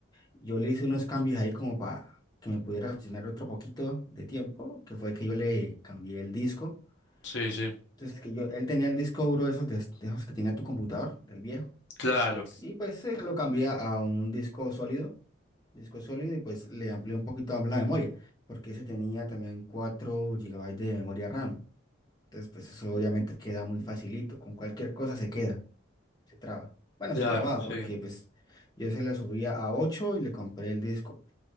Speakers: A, on the left; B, on the left.
A: yo le hice unos cambios ahí como para que me pudiera funcionar otro poquito de tiempo, que fue que yo le cambié el disco.
B: Sí, sí.
A: Entonces, que yo, él tenía el disco duro esos, de, de esos que tenía tu computador, del viejo.
B: Claro,
A: Y pues eh, lo cambié a un disco sólido, disco sólido y pues le amplié un poquito la memoria, porque ese tenía también 4 gigabytes de memoria RAM. Entonces pues eso obviamente queda muy facilito, con cualquier cosa se queda, se traba. Bueno,
B: claro,
A: se trababa porque
B: sí.
A: pues yo se le subía a 8 y le compré el disco,